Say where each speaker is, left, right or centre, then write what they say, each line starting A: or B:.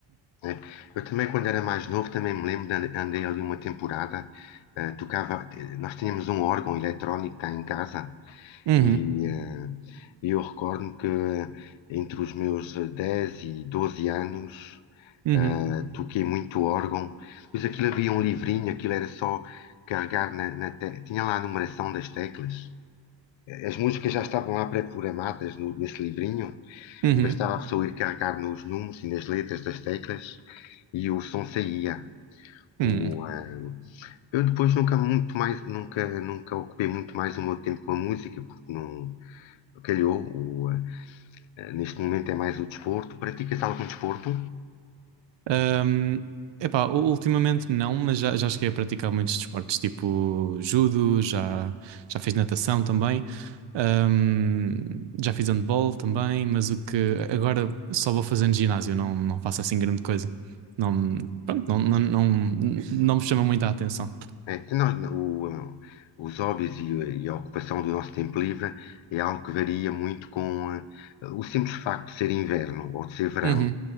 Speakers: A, on the left (about 80°); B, on the right (about 70°).
A: né? Eu também, quando era mais novo, também me lembro de ande- andei ali uma temporada. ah, tocava, nós tínhamos um órgão eletrónico cá em casa
B: Uhum,
A: E eh, eu recordo-me que entre os meus eh, 10 e 12 anos
B: uhum,
A: eh, toquei muito órgão, pois aquilo havia um livrinho, aquilo era só carregar na, na te- tinha lá a numeração das teclas. As músicas já estavam lá pré-programadas no- nesse livrinho
B: uhum,
A: e bastava a pessoa ir carregar nos números e nas letras das teclas e o som saía.
B: uhum.
A: O, eh, eu depois nunca muito mais, nunca, nunca ocupei muito mais o meu tempo com a música, porque não, calhou. O, eh, eh, neste momento é mais o desporto. Pratica-se algum desporto?
B: Ahm, epá, u- ultimamente não, mas já, já cheguei a praticar muitos desportos, tipo judo, já, já fiz natação também, ahm, já fiz handball também, mas o que agora só vou fazendo ginásio, não, não faço assim grande coisa. Não, pronto, não, não, não, não me chama muito a atenção.
A: É, nós- o, eh, os hobbies e, eh, e a ocupação do nosso tempo livre é algo que varia muito com eh, o simples facto de ser inverno ou de ser verão.
B: Uhum.